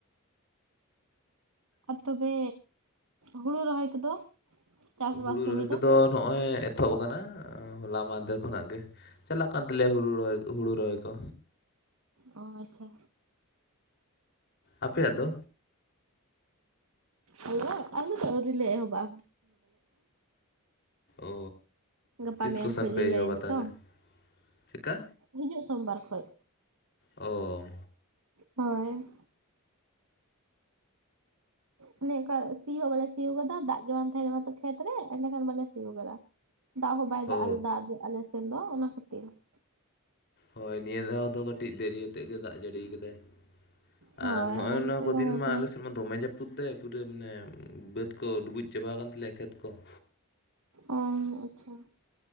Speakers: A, on the right; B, on the left.
A: ᱟᱨ ᱛᱚᱵᱮ ᱦᱩᱲᱩ ᱨᱚᱦᱚᱭ ᱠᱚᱫᱚ ᱪᱟᱥᱵᱟᱥ
B: ᱦᱩᱲᱩ
A: ᱠᱟᱹᱢᱤ
B: ᱨᱚᱦᱚᱭ
A: ᱫᱚ
B: ᱠᱚᱫᱚ ᱱᱚᱜᱼᱚᱭ ᱮᱛᱚᱦᱚᱵ ᱠᱟᱱᱟ, ᱦᱚᱞᱟ ᱢᱟᱦᱫᱮᱨ ᱠᱷᱚᱱᱟᱜ ᱜᱮ᱾ ᱪᱟᱞᱟᱜ ᱠᱟᱱ ᱛᱟᱞᱮᱭᱟ ᱦᱩᱲᱩ ᱨᱚᱦᱚᱭ, ᱦᱩᱲᱩ ᱨᱚᱦᱚᱭ ᱠᱚ᱾
A: ᱚ ᱟᱪᱪᱷᱟ᱾
B: ᱟᱯᱮ ᱭᱟᱜ ᱫᱚ?
A: ᱟᱞᱮ ᱟᱞᱮ ᱟᱣᱨᱤ ᱞᱮ ᱮᱦᱚᱵᱟ᱾
B: ᱚ
A: ᱜᱟᱯᱟ
B: ᱛᱤᱥ
A: ᱢᱮᱭᱟᱝ
B: ᱠᱚᱥᱮᱱ
A: ᱠᱷᱚᱡ
B: ᱯᱮ
A: ᱞᱮ ᱞᱟᱹᱭ
B: ᱮᱦᱚᱵᱟ
A: ᱫᱟᱛᱚ
B: ᱛᱟᱦᱚᱞᱮ? ᱪᱮᱠᱟ?
A: ᱦᱤᱡᱩᱜ ᱥᱚᱢᱵᱟᱨ ᱠᱷᱚᱡ᱾
B: ᱚᱻ
A: ᱦᱳᱭ᱾ ᱚᱱᱮ ᱚᱱᱠᱟ ᱥᱤ ᱦᱚᱸ ᱵᱟᱞᱮ ᱥᱤ ᱟᱠᱟᱫᱟ ᱫᱟᱜ ᱜᱮ ᱵᱟᱝ ᱛᱟᱦᱮᱸ ᱠᱟᱱᱟ ᱛᱚ ᱠᱷᱮᱛᱨᱮ ᱮᱸᱰᱮᱠᱷᱟᱱ ᱵᱟᱞᱮ ᱥᱤ ᱟᱠᱟᱫᱟ ᱾ ᱫᱟᱜ ᱦᱚᱸ ᱵᱟᱭ ᱫᱟᱜ
B: ᱚ
A: ᱞᱮᱫᱟ ᱟᱞᱮᱥᱮᱱ ᱫᱚ ᱚᱱᱟ ᱠᱷᱟᱹᱛᱤᱨ ᱾
B: ᱦᱳᱭ ᱱᱤᱭᱟᱹ ᱫᱷᱟᱣ ᱫᱚ ᱠᱟᱹᱴᱤᱡ ᱫᱮᱨᱤᱭᱟᱛᱮ ᱜᱮ ᱫᱟᱜ ᱡᱟᱹᱲᱤ ᱟᱠᱟᱫᱟᱭ ᱾
A: ᱦᱳᱭ
B: ᱟᱨ ᱱᱚᱜ-ᱚᱭ
A: ᱚᱱᱟ ᱠᱷᱟᱹᱛᱤᱨ
B: ᱱᱚᱣᱟ ᱠᱚ
A: ᱨᱚᱦᱚᱭ
B: ᱫᱤᱱ ᱢᱟ
A: ᱠᱟᱫᱟ
B: ᱟᱞᱮᱥᱮᱫ ᱢᱟ ᱫᱚᱢᱮ ᱡᱟᱹᱯᱩ ᱮᱫᱟᱭ ᱯᱩᱨᱟᱹ ᱢᱟᱱᱮ ᱵᱟᱹᱫᱽ ᱠᱚ ᱰᱩᱵᱩᱡ ᱪᱟᱵᱟ ᱟᱠᱟᱱ ᱛᱟᱞᱮᱭᱟ ᱠᱷᱮᱛ ᱠᱚ ᱾
A: ᱚ ᱟᱪᱪᱷᱟ ᱾